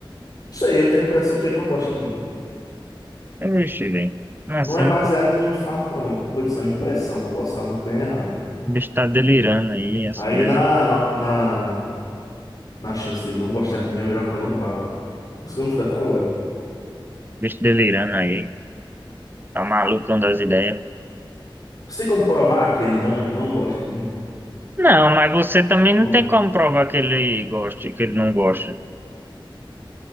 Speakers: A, on the left; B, on the right.
A: Não sei, eu tenho a impressão que ele não gosta de mim.
B: Eu mexi bem. Não
A: Não
B: é assim,
A: é baseado em nenhum fato, não. Como eu disse, é uma impressão. Posso estar muito bem errado.
B: o bicho tá delirando aí, as
A: Aí
B: coisas.
A: na, na, na chance dele não gostar de mim, é melhor que eu não vá lá. Por isso que eu não fui até agora.
B: O bicho delirando aí. É o malucão das ideias.
A: Você tem como provar que ele não, não gosta de mim?
B: Não, mas você também não
A: Pronto.
B: tem como provar que ele gosta e que ele não gosta.